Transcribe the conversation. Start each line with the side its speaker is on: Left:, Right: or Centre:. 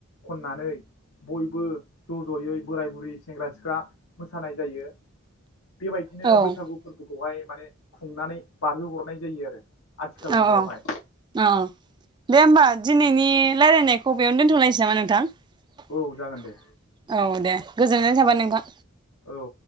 Left: खननानै बयबो ज' ज'यै बोराय बुरै सेंग्रा सिख्ला मोसानाय जायो। बेबायदिनो
Right: औ
Left: बैसागु फोर्बो खौहाय माने खुंनानै बारहोहरनाय जायो आरो। आथिखाल
Right: औ
Left: मुगायावहाय
Right: औ, औ दे होमबा दिनैनि रायलायनाय खौ बेयावनो दोनथ'लायनोसै नामा नोंथां?
Left: औ
Right: <inaudible>
Left: जागोन दे
Right: औ दे गोजोननाय थाबाय
Left: औ
Right: नोंथां।
Left: औ